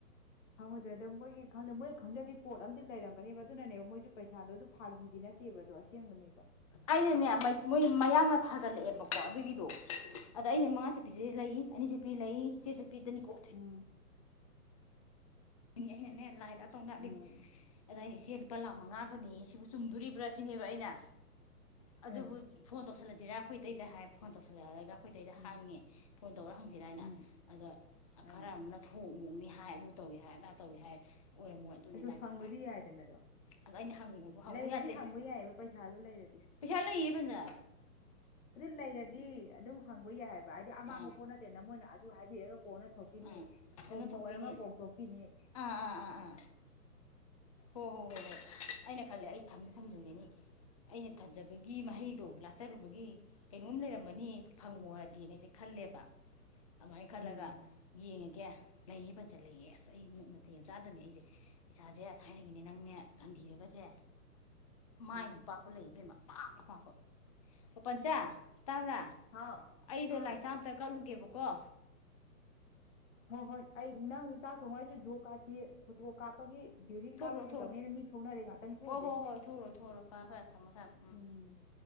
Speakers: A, on the left; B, on the left.
A: ꯈꯪꯉ‌ꯣꯏꯗꯦꯏ ꯑꯗꯣ ꯃꯣꯏꯒꯤꯗ ꯃꯣꯏ ꯈꯪꯖꯕꯤ ꯀꯣꯗ ꯑꯃꯗꯤ ꯂꯩꯔꯝ ꯅꯦꯕ ꯑꯗꯨꯅꯅꯦꯕ ꯃꯣꯏꯁꯨ ꯄꯩꯁꯥꯗꯣ ꯑꯗꯨ ꯐꯥꯒꯤꯗꯤ ꯅꯠꯇꯦꯕ ꯑꯗꯨ ꯑꯁꯦꯡꯕꯅꯦꯕ
B: ꯑꯩꯅꯅꯦ ꯃꯣꯏ ꯃꯌꯥꯡꯅ ꯊꯥꯒꯠꯂꯛꯑꯦꯕꯀꯣ ꯑꯗꯨꯒꯤꯗꯣ ꯑꯗ ꯑꯩꯅ ꯃꯉꯥ ꯆꯠꯄꯤꯁꯦ ꯂꯩ ꯑꯅꯤ ꯆꯠꯄꯤ ꯂꯩ ꯆꯦ ꯆꯠꯄꯤꯗꯅꯤꯀꯣ
A: ꯎꯝ
B: ꯑꯩꯅꯅꯦ ꯂꯥꯏ ꯂꯥꯛ ꯇꯧ ꯂꯥꯠꯂꯤꯅꯤ
A: ꯎꯝ
B: ꯑꯗ ꯑꯩꯅꯥ ꯏꯁ ꯏꯆꯦ ꯂꯨꯄꯥ ꯂꯥꯛ ꯃꯉꯥꯒꯅꯤ ꯁꯤꯕꯨ ꯆꯨꯝꯗꯣꯔꯤꯕ꯭ꯔꯥ ꯁꯤꯅꯦꯕ ꯑꯩꯅ
A: ꯎꯝ
B: ꯑꯗꯨꯕꯨ ꯐꯣꯟ ꯇꯧꯁꯜꯂꯖꯤꯔꯥ ꯑꯩꯈꯣꯏ ꯏꯇꯩꯗ ꯍꯥꯏ ꯐꯣꯟ ꯇꯧꯁꯜꯂꯔꯒ ꯑꯩꯈꯣꯏ ꯏꯇꯩꯗ
A: ꯎꯝ
B: ꯍꯪꯉꯦ ꯐꯣꯟ ꯇꯧꯔ ꯍꯪꯁꯤꯔꯥ ꯍꯥꯏꯅ
A: ꯎꯝ
B: ꯑꯗ
A: ꯑꯥ
B: ꯈꯔ ꯑꯃꯅ ꯊꯣꯛ ꯃꯛꯅꯤ ꯍꯥꯏ ꯑꯗꯨ ꯇꯧꯏ ꯍꯥꯏ ꯑꯗꯥ ꯇꯧꯏ ꯍꯥꯏ ꯑꯣꯏꯔꯝꯃꯣꯏ ꯑꯗꯨꯅꯤ
A: ꯑꯗꯨ
B: ꯑꯗꯥꯏꯕ
A: ꯍꯪꯕꯗꯤ ꯌꯥꯏꯗꯅꯗꯣ
B: ꯑꯗ ꯑꯩꯅ ꯍꯪꯉꯨꯕꯕꯨ ꯍꯪꯉꯨ
A: ꯂꯩꯔꯗꯤ
B: ꯌꯥꯗꯦ
A: ꯍꯪꯕ ꯌꯥꯏꯑꯕ ꯄꯩꯁꯥꯗꯣ ꯂꯩꯔꯗꯤ
B: ꯄꯩꯁꯥ ꯂꯩꯌꯦ ꯄꯩꯁꯥ
A: ꯑꯗꯨ ꯂꯩꯔꯗꯤ ꯑꯗꯨꯝ ꯍꯪꯕ ꯌꯥꯏ ꯍꯥꯏꯕ ꯍꯥꯏꯗꯤ ꯑꯃꯥꯡꯕ
B: ꯑꯥ
A: ꯄꯣꯠ ꯅꯠꯇꯦꯅ ꯃꯣꯏꯅ ꯑꯗꯨ ꯍꯥꯏꯕꯤꯔꯒ ꯀꯣꯛ ꯑ‌ꯣꯟꯅ ꯊꯣꯛꯄꯤꯅꯤ
B: ꯑꯥ
A: ꯊꯣꯛꯃ‌ꯣꯛ
B: ꯑꯣꯟꯅ ꯊꯣꯛꯄꯤꯅꯤ
A: ꯑ‌ꯣꯏꯔꯝꯃꯥ ꯀꯣꯛ ꯇ‌ꯣꯛꯄꯤꯅꯤ
B: ꯑꯥ ꯑꯥ ꯑꯥ ꯑꯥ ꯍꯣ ꯍꯣ ꯍꯣꯏ ꯍꯣꯏ ꯑꯩꯅ ꯈꯜꯂꯦ ꯑꯩ ꯊꯝꯗꯤ ꯊꯝꯖꯟꯒꯅꯤ ꯑꯩꯅ ꯊꯝꯖꯕꯒꯤ ꯃꯍꯩꯗꯣ ꯂꯥꯠꯆꯔꯨꯕꯒꯤ ꯀꯩꯅꯣꯝ ꯂꯩꯔꯝꯃꯅꯤ ꯐꯪꯉꯨꯔꯨꯔꯗꯤꯅ ꯑꯩꯁꯦ ꯈꯜꯂꯤ ꯂꯦꯕ
A: <inaudible>
B: ꯑꯗꯨꯃꯥꯏ ꯈꯜꯂꯒ
A: ꯎꯝ
B: ꯌꯦꯡꯒꯦ ꯂꯩꯌꯦ ꯐꯖꯅ ꯂꯩꯌꯦ ꯑꯁ ꯑꯩ ꯅꯛ ꯅꯠꯇꯩ ꯌꯥꯝ ꯆꯥꯗꯝꯅꯤ ꯑꯩꯁꯦ ꯄꯩꯁꯥꯁꯦ ꯊꯥꯏꯅꯒꯤꯅꯦ ꯅꯪꯅꯦ ꯑꯁ ꯒꯥꯟꯗꯤꯗꯒꯁꯦ ꯃꯥꯏꯃꯨꯛ
A: ꯎꯝ
B: ꯄꯥꯛꯄ ꯂꯩꯌ‌ꯦ ꯑꯄꯥꯛ ꯑꯄꯥꯛꯄ ꯑꯣ ꯄꯟꯆꯥ ꯇꯥꯕ꯭ꯔꯥ
A: ꯍꯥꯎ
B: ꯑꯩꯗꯣ
A: ꯑꯥ
B: ꯂꯥꯏ ꯆꯥꯛ ꯑꯝꯇ ꯀꯠꯂꯨꯒꯦꯕꯀꯣ ꯀꯣ
A: ꯍꯣꯏ ꯍꯣꯏ ꯑꯩ ꯅꯪ ꯆꯥꯛ ꯊꯣꯡꯉ‌ꯣ ꯑꯩꯁꯨ ꯖꯣꯕ ꯀꯥ꯭ꯔꯗꯀꯤ ꯐꯣꯇꯣ ꯀꯥꯞꯄꯒꯤ ꯗ꯭ꯌꯨꯔꯤꯡ
B: ꯊ‌ꯣꯛꯎꯔ‌ꯣ
A: ꯀꯥꯞꯄꯒꯤ
B: ꯊꯣꯛꯎꯔꯣ
A: ꯇꯧꯅꯦꯅ ꯃꯤ ꯊꯣꯛꯅꯔꯦ ꯉꯥꯛꯇꯪ ꯊꯣꯛꯎꯒꯦ
B: ꯍꯣ ꯍꯣ ꯍꯣꯏ ꯊꯝꯃ‌ꯦ ꯊꯝꯃ‌ꯦ ꯐꯔꯦ ꯐꯔꯦ ꯊꯝꯃ‌ꯦ ꯊꯝꯃ‌ꯦ
A: ꯎꯝ